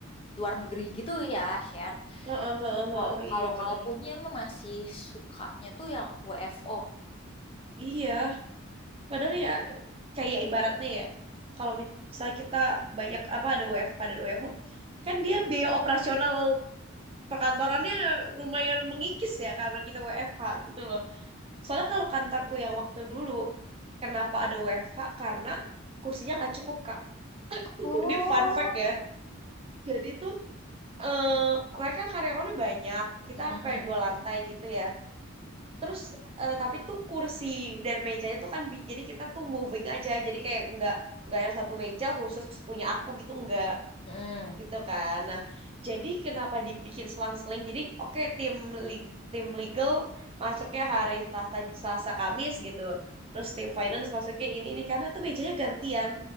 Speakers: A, on the left; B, on the right.
A: luar negeri gitu ya, share.
B: Heeh, heeh,
A: Kalau
B: heeh,
A: kalau
B: iya bener.
A: kalau punya mah masih sukanya tuh yang WFO.
B: Iya. Padahal ya kayak ibaratnya ya. Kalau misal kita banyak apa ada WFH dan WFO. Kan dia biaya operasional perkantorannya lumayan mengikis ya. Karena kita WFH gitu loh. Soalnya kalau kantorku yang waktu dulu. Kenapa ada WFH? Karena kursinya nggak cukup, Kak. <laughs>
A: Oh,
B: Ini fun fact ya. Jadi tuh eh mereka karyawannya banyak, kita
A: Mm-mm.
B: sampai dua lantai gitu ya. Terus eh, tapi tuh kursi dan mejanya tuh kan bi- jadi kita tuh moving aja, jadi kayak nggak nggak yang satu meja khusus punya aku gitu nggak
A: Mm-mm.
B: gitu kan. Nah jadi kenapa dibikin selang-seling? Jadi oke tim li- tim legal masuknya hari Selasa Selasa Kamis gitu. Terus tim finance masuknya ini ini karena tuh mejanya gantian